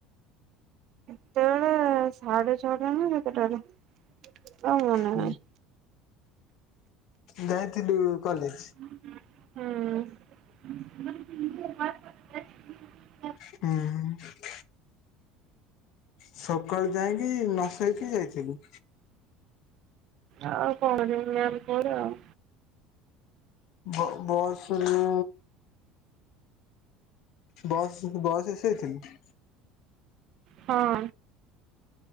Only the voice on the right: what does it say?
କେତେବେଳେ ସାଢେ ଛଅଟା ନା କେତେଟାରେ। ଆଉ ମନେ
ନାହିଁ।
ହୁଁ।
ଆଉ କଁ କରିବି ମ୍ୟାମ କହିଲେ ଆଉ।
ହଁ।